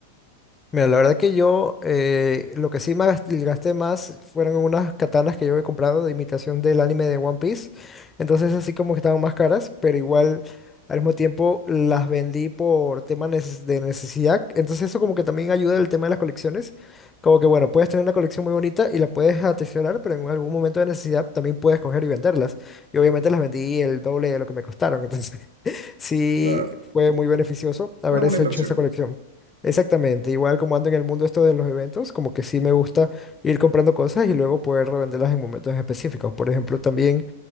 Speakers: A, on the left; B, on the right.
A: Mira, la verdad que yo eh, lo que sí me gast- gasté más fueron unas katanas que yo he comprado de imitación del anime de One Piece. Entonces así como que estaban más caras, pero igual al mismo tiempo las vendí por tema neces- de necesidad. Entonces eso como que también ayuda el tema de las colecciones. Como que bueno, puedes tener una colección muy bonita y la puedes atesorar, pero en algún momento de necesidad también puedes coger y venderlas. Y obviamente las vendí el doble de lo que me costaron. Entonces <laughs> sí
B: Claro,
A: fue muy beneficioso haber
B: una buena
A: hecho
B: inversión.
A: esa colección. Exactamente, igual como ando en el mundo esto de los eventos, como que sí me gusta ir comprando cosas y luego poder revenderlas en momentos específicos. Por ejemplo, también